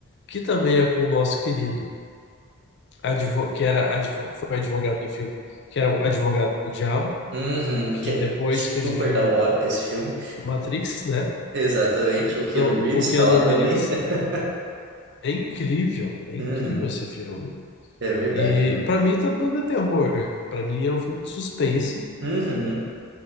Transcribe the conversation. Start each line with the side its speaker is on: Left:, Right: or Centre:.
Left: que também é com o nosso querido, advo, que era advo, foi advogado do filme, que era o advogado do diabo,
Right: Uhum,
Left: que
Right: que é
Left: depois fez
Right: super
Left: o filme
Right: da hora esse filme.
Left: do Matrix, né?
Right: Exatamente, o Keanu
Left: Então,
Right: Reeves
Left: o Keanu
Right: está lá também.
Left: Reeves
Right: <laughs>
Left: é incrível, é
Right: Uhum,
Left: incrível esse filme.
Right: é verdade,
Left: E
Right: mano.
Left: pra mim também não é terror, pra mim é um filme de suspense.
Right: Uhum.